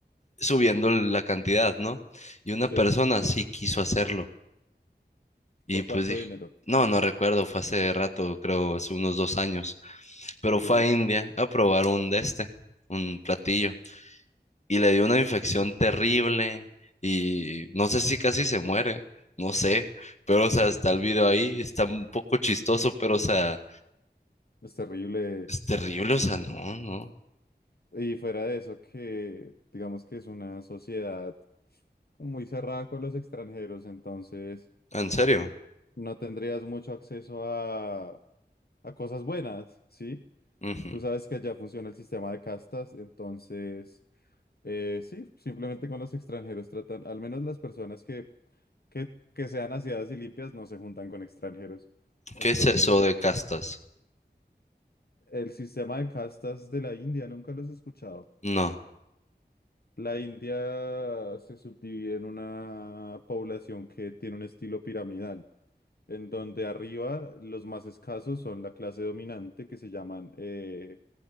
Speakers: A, on the left; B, on the left.
A: subiendo la cantidad, ¿no? Y una
B: sí.
A: persona sí quiso hacerlo Y
B: ¿Por
A: pues
B: cuánto
A: dije,
B: dinero?
A: no, no recuerdo, fue hace rato, creo, hace unos dos años, pero
B: Ok,
A: fue
B: es
A: a India a probar un de este, un platillo, y le dio una infección terrible, y no sé si casi se muere, no sé, pero o sea, está el video ahí, está un poco chistoso, pero o sea,
B: terrible.
A: es terrible, o sea, no, no,
B: Y fuera de eso, que digamos que es una sociedad muy cerrada con los extranjeros, entonces
A: en serio.
B: no tendrías mucho acceso a, a cosas buenas, ¿sí?
A: Ujú.
B: Tú sabes que allá funciona el sistema de castas, entonces, eh, sí, simplemente con los extranjeros tratan, al menos las personas que, que, que sean aseadas y limpias no se juntan con extranjeros. Entonces,
A: ¿Qué es eso de castas?
B: el sistema de castas de la India, nunca los he escuchado.
A: No.
B: La India se subdivide en una población que tiene un estilo piramidal, en donde arriba los más escasos son la clase dominante, que se llaman eh,